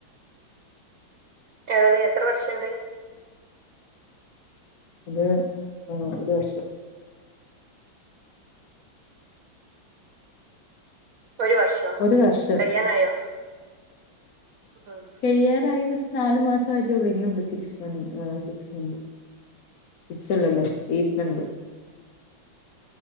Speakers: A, on the right; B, on the left.
A: അത് എത്ര വർഷംണ്ട്
B: അത് ഒരു വശം
A: ഒരു വർഷം
B: ഒരു വർഷം
A: കയ്യാനായോ ഉം
B: കഴിയാറായന്ന് വെച്ചാൽ നാലല് മാസം ആതേ ഉള്ളൂ ഇനിയുണ്ട് സിക്സ്ന്ത് സി മന്ത് സിക്സല്ലല്ലേത്ണ്ട്